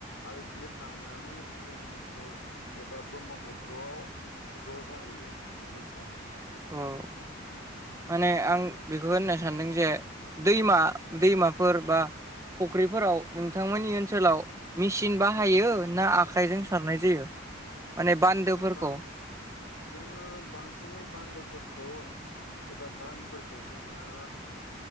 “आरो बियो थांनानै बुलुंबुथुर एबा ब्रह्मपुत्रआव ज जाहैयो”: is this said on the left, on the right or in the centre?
Left